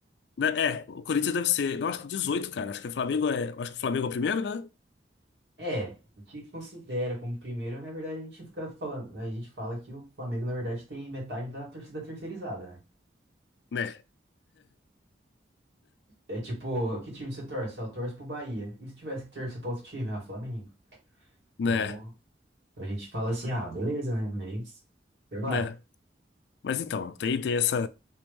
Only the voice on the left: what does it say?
né, É, o Corinthians deve ser. Não, acho que 18, cara. Acho que o Flamengo é. Acho que o Flamengo é o primeiro, né?
Né.
Né.
Né. Mas então, tem, tem essa